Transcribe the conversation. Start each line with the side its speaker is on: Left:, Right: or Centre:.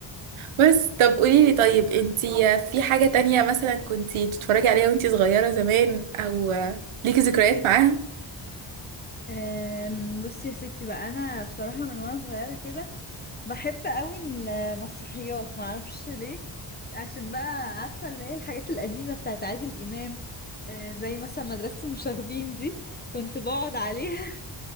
Right: بس طب قوليلي طيب انتي في حاجة تانية مثلا كنتي تتفرجي عليها وانتي صغيرة زمان او ليكي ذكريات معاها
Left: آم، بصي يا ستي بقى انا بصراحة من وانا صغيرة كده بحب قوي المسرحيات معرفش ليه عشان بقى عارفة اللي هي الحاجات القديمة بتاعت عادل إمام آه، زي مثلا مدرسة المشاغبين دي كنت بقعد عليها